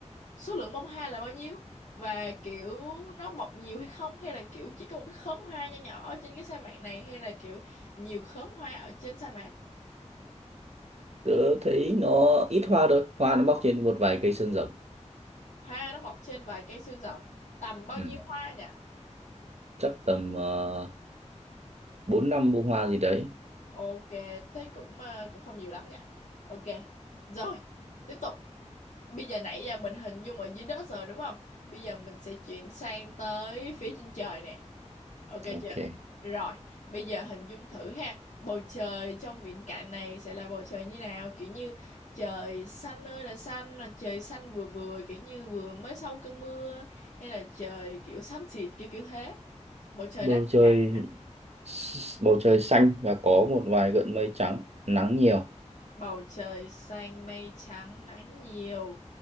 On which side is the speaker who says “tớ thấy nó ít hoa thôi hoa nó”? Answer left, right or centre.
Right